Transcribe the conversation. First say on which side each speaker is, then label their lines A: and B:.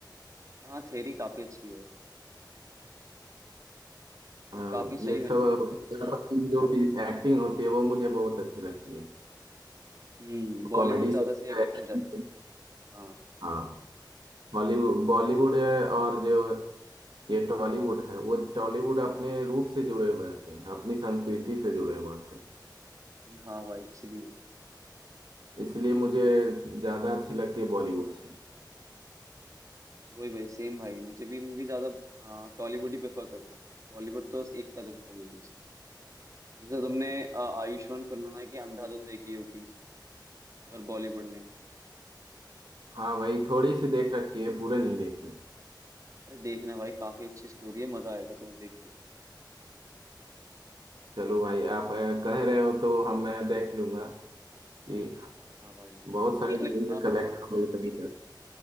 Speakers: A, on the right; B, on the right.
A: हाँ थेरी काफी अच्छी है मतलब
B: अ,
A: काफी
B: ये
A: सही बनी
B: सब
A: है काफी सही।
B: थालापति की जो भी एक्टिंग होती है वो मुझे बहुत अच्छी लगती है
A: हम्म बॉलीवुड
B: कॉमेडी
A: ज्यादा
B: से
A: सी
B: <laughs>
A: एक्टिंग हो जाती है हाँ
B: हाँ हॉलीवुड बॉलीवुड है और जो ये टॉलीवुड है वो टॉलीवुड अपने रूट से जुड़े हुए होते हैं अपनी संस्कृति से जुड़े हुए होते हैं
A: हाँ भाई इसलिए
B: इसलिए मुझे ज्यादा अच्छी लगती है बॉलीवुड से
A: वही भाई सेम भाई मुझे भी मूवी ज्यादा टॉलीवुड ही प्रेफर करता हूँ बॉलीवुड तो एक का दुक्का मूवी जैसे तुमने अ, आयुष्मान खुराना की अंधाधुन देखी होगी अगर बॉलीवुड में
B: हाँ भाई थोड़ी सी देख रखी है पूरा नहीं देखी
A: अरे देखना भाई काफी अच्छी स्टोरी है मजा आएगा तुम्हें देख के
B: चलो भाई आप अ, कह रहे हो तो हम मैं देख लूंगा कि
A: हाँ भाई नहीं
B: बहुत सारी
A: लाइक
B: मूवीज कलेक्ट हो गई है।